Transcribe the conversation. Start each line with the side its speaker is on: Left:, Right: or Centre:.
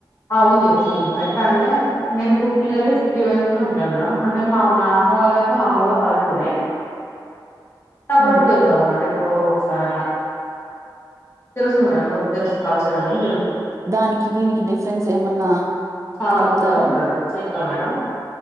Left: ఆ ఉంది ఉంది ఎట్లా అంటే మేము ప దతే సిటీ వయ ఉంటా అంటే మా నాన్నమ్మ వాళ్ళయితే మాములుగా పల్లెటూరే అప్పుడప్పుడు
Right: ఉమ్
Left: వెళ్తమ ఎప్పుడో ఒకసారి అట్లా తెలుసు మేడం కొంచెం తెలుసు కల్చర్ తెలు
Right: దానికి దీనికి డిఫరెన్స్ ఏమన్నా
Left: చాలా
Right: చెప్తారా
Left: అద్భుతంగా ఉంటది చెప్తా మేడం